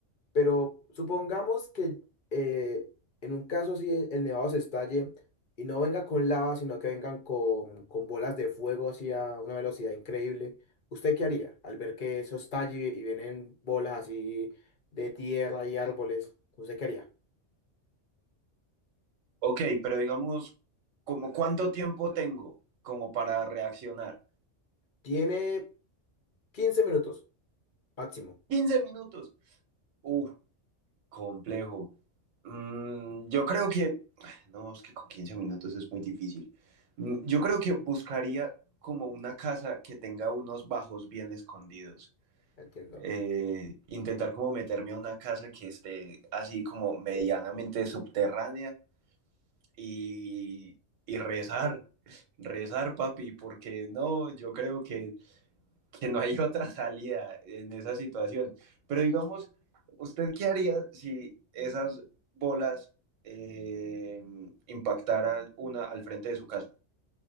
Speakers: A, on the left (about 55°); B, on the right (about 80°).
A: Pero supongamos que eh, en un caso así el, el nevado se estalle y no venga con lava, sino que vengan con, con bolas de fuego así a una velocidad increíble. ¿Usted qué haría al ver que eso estalle y vienen bolas así de tierra y árboles? ¿Usted qué haría?
B: Ok, pero digamos, ¿como cuánto tiempo tengo como para reaccionar?
A: Tiene 15 minutos máximo,
B: quince minutos. Uf, complejo. Mm, yo creo que, no, es que con 15 minutos es muy difícil. Mm, Yo creo que buscaría como una casa que tenga unos bajos bien escondidos.
A: entiendo.
B: Eh, intentar como meterme a una casa que esté así como medianamente subterránea y, y rezar, <laughs> rezar, papi, porque no, yo creo que que no hay <laughs> otra salida en esa situación. Pero digamos, ¿usted qué haría si esas bolas eh, impactaran una al frente de su casa?